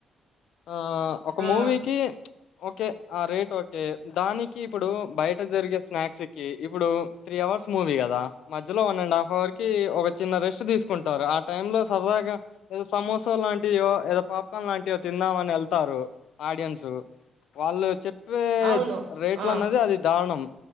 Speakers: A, on the left (about 70°); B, on the right (about 65°).
A: ఆ ఒక
B: ఆ
A: మూవీకి ఒకే ఆ రేట్ ఓకే దానికి ఇప్పుడు బయట జరిగే స్నాక్స్ కి ఇప్పుడు త్రీ అవర్స్ మూవీ కదా మధ్యలో వన్ అండ్ హాఫ్ అవర్ కి ఒక చిన్న రెస్ట్ తీసుకుంటారు ఆ టై లో సరదాగా <inaudible> సమోస లాంట్ ంటియో ఏదో పాప్ కన్ లాంటియో తిందామనెళ్తారు ఆడియన్సు వాళ్ళు చెప్ పే
B: అవును
A: రేట్లన్నది
B: ఆ
A: అది దానం